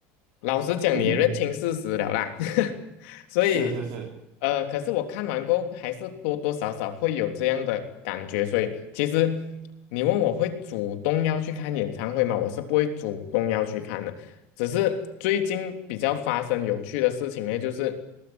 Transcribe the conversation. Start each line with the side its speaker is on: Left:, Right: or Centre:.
Left: 老实讲，
Right: 嗯哼，
Left: 你也认清事实了啦。<laughs> 所以，
Right: 是是是，
Left: 呃，可是我看完过后，还是多多少少会有这样的感觉。所以，其实你问我会主动要去看演唱会吗？我是不会主动要去看的。只是最近比较发生有趣的事情呢，就是